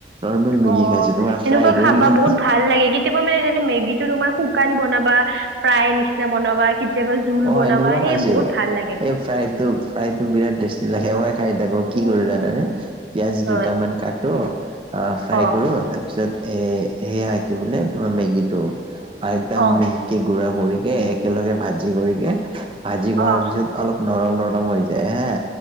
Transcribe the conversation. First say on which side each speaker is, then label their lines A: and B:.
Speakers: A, on the right; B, on the right.
A: নৰ্মেল
B: অ',
A: মেগি খাইছো তোমাৰ
B: সেনেকুৱা
A: ফ্ৰাই কৰিকে
B: খাবা
A: খাইচো।
B: বহুত ভাল লাগে কেতিয়াবা মানে <unintelligible> মেগীটো তুমাৰ শুকান বনাবা, ফ্ৰাই নিচিনা বনাবা, কেতিয়াবা জোল
A: অ',
B: বনাবা
A: এনেকুৱা
B: সেই
A: খাইছো।
B: বহুত ভাল লাগে।
A: এই ফ্ৰাইটো ফ্ৰাইটো বিৰাট টেষ্টি লাগে, মই খাই থাকো কি
B: উম,
A: কৰো
B: উম,
A: জানানে? পিয়াজ
B: হয়
A: দুটামান কাটো। অ', ফ্ৰাই
B: অ',
A: কৰোঁ তাৰপিছত এই সেয়া কি বোলে তোমাৰ মেগীটো একদম
B: অ',
A: মিহিকে গুৰা কৰিকে, একেলগে ভাজি কৰিকে, ভাজি
B: অ',
A: কৰাৰ পিছত অলপ নৰম নৰম হৈ যায় হে,